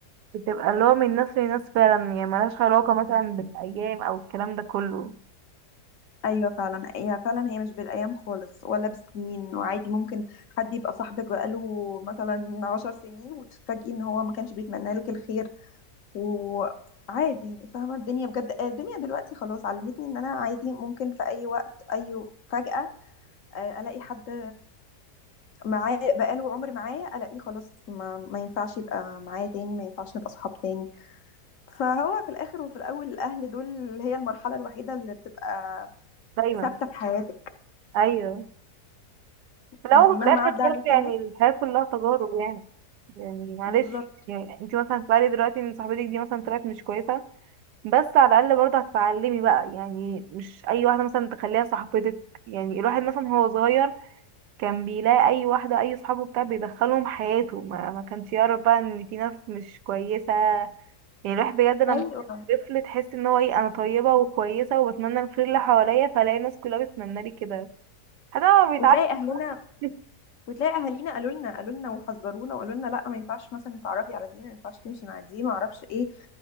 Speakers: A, on the right; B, on the left.
A: بتبقى اللي هو من ناس لناس فعلا يعني ملهاش علاقة مثلا بالأيام أو الكلام ده كله
B: ايوه فعلا هي فعلا هي مش بالايام خالص ولا بالسنين وعادي ممكن حد يبقى صاحبك بقاله مثلا عشر سنين وتتفاجئي ان هو ما كانش بيتمنى لك الخير وعادي فاهمه الدنيا بجد الدنيا دلوقتي خلاص علمتني ان انا عادي ممكن في اي وقت اي فجأة آه، الاقي حد معاه بقاله عمر معايا الاقيه خلاص ما, ما ينفعش يبقى معايا تاني ما ينفعش نبقى صحاب تاني فهو في الاخر وفي الاول الاهل دول هي المرحله الوحيده اللي بتبقى
A: دايما
B: ثابته في حياتك
A: أيوه في الأول
B: يعني مهما
A: وفي الآخر
B: عدى
A: برضه
B: عليكي
A: يعني
B: ناس
A: الحياة كلها تجارب يعني يعني معلش
B: بالظبط
A: يعني انتي مثلا هتتعلي دلوقتي ان صاحبتك دي مثلا طلعت مش كويسة بس على الأقل برضه هتتعلمي بقى يعني مش أي واحدة مثلا تخليها صاحبتك يعني الواحد مثلا هو صغير كان بيلاقي أي واحدة أي صحابه بتاع بيدخلهم حياته ما, ما كانش يعرف بقى ان في ناس مش كويسة يعني الواحد بجد لما
B: ايوه
A: طفل تحس ان هو ايه انا طيبة وكويسة وبتمنى الخير اللي حواليا فلاقي الناس كلها بتتمنى لي كده حتى هو بيتعلم
B: وتلاقي اهلنا
A: <laughs>
B: وتلاقي اهالينا قالوا لنا قالوا لنا وحذرونا وقالوا لنا لا ما ينفعش مثلا تعرفي على دي ما ينفعش تمشي مع دي ما اعرفش ايه